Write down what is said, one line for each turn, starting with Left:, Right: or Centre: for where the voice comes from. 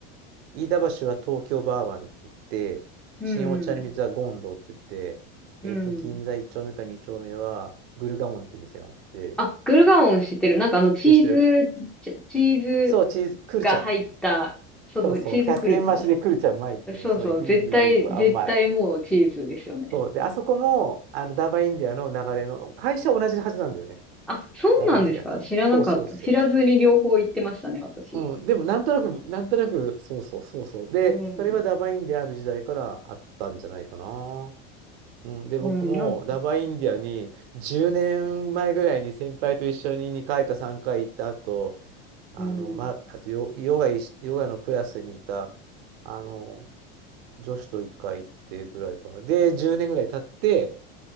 Right: 飯田橋は東京バーワンって言って、
Centre: うん、
Right: 新お茶の水はゴンドって言って、
Centre: うん。うん
Right: えっと、銀座1丁目か2丁目はグルガモンっていう店があって、
Centre: あ、グルガオン知ってる。なんかあの、チーズ、
Right: 知ってる知ってる
Centre: チチーズ
Right: そう、チーズ、クルチャ。
Centre: が入った、そうそう、
Right: そうそう、
Centre: チーズクルチャだ。
Right: 100円増しでクルチャうまいっていう、
Centre: そうそう、
Right: そう、いくいくいくいく、
Centre: 絶対、絶対もうチーズですよね。
Right: あ、うまい。そう、で、あそこも、あの、ダバインディアの流れの、会社は同じはずなんだよね、
Centre: あ、そうなんですか知らなかった。
Right: ダバインディアと。そうそうそうそ
Centre: 知らずに両方行ってましたね、私。
Right: う。うん、でも、なんとなく、なんとなく、そうそうそうそう。で、
Centre: うん。
Right: それはダバインディアある時代からあったんじゃないかな。うん、で、僕もダバインディアに10年前ぐらいに先輩と一緒に2回か3回行った後、
Centre: うん、なん、
Right: あの、
Centre: うん。
Right: ま、あとヨ、ヨガいし、ヨガのクラスにいた、あの、女子と1回行ってぐらいかな。で、10年ぐらい経って、